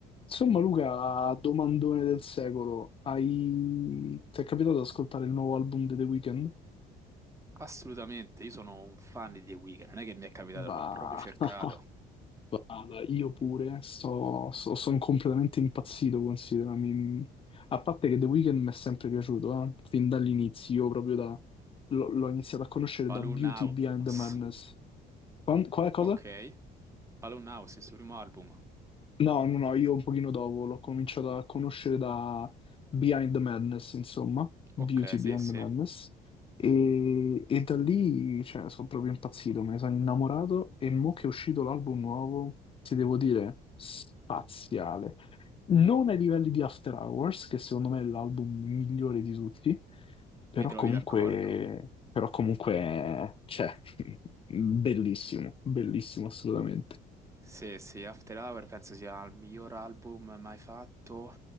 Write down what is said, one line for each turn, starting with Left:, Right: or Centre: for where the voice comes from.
Left: Insomma, Luca, domandone del secolo, hai... ti è capitato di ascoltare il nuovo album di The Weeknd?
Right: Assolutamente, io sono un fan di The Weeknd, non è che mi è capitato,
Left: Bah,
Right: l'ho proprio cercato.
Left: <laughs> guarda, io pure, sto, sto- sono completamente impazzito, considera. mi- A parte che The Weeknd mi è sempre piaciuto, eh, Fin dall'inizio, io proprio da... l'ho l'ho iniziato a conoscere
Right: Balloon
Left: da Beauty
Right: House,
Left: Behind the Madness. Quan- Quale cosa?
Right: ok. Balloon House, il suo primo album.
Left: No, no, no, io un pochino dopo l'ho cominciato a conoscere da Behind the Madness, insomma, Beauty
Right: Ok, sì,
Left: Behind
Right: sì,
Left: the Madness, e, e da lì, cioè, sono proprio impazzito, me ne sono innamorato e mo che è uscito l'album nuovo, ti devo dire, spaziale. Non ai livelli di After Hours, che secondo me è l'album migliore di tutti, però
Right: mi trovi
Left: comunque,
Right: d'accordo.
Left: però comunque, cioè, <laughs> bellissimo, bellissimo assolutamente.
Right: Sì, sì, After Hour penso sia il miglior album mai fatto.